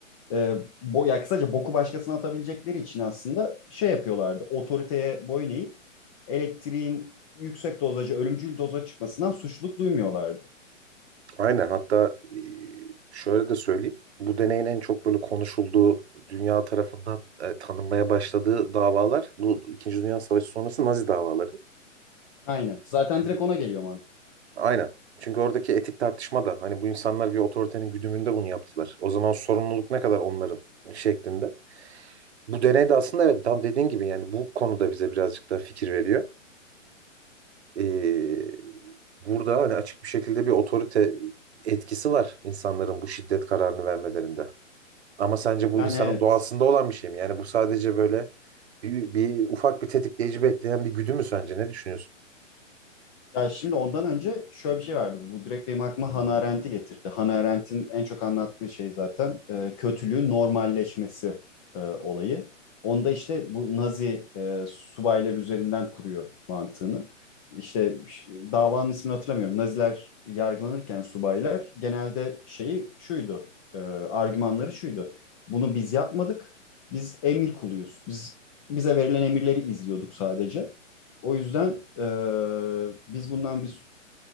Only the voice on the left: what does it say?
e, bo ya kısaca boku başkasına atabilecekleri için aslında şey yapıyorlardı. Otoriteye boyun eğip elektriğin yüksek dozaja ölümcül doza çıkmasından suçluluk duymuyorlardı.
Aynen. Zaten
direkt ona geliyor mantık.
Yani
evet.
Ya şimdi ondan önce şöyle bir şey vardı. Bu direkt benim aklıma Hannah Arendt'i getirdi. Hannah Arendt'in en çok anlattığı şey zaten e, kötülüğün normalleşmesi e, olayı. Onda işte bu Nazi e, subaylar üzerinden kuruyor mantığını. İşte ş- davanın ismini hatırlamıyorum. Naziler yargılanırken subaylar genelde şeyi şuydu. e, argümanları şuydu. Bunu biz yapmadık. Biz emir kuluyuz. Biz bize verilen emirleri izliyorduk sadece. O yüzden e, biz bundan bir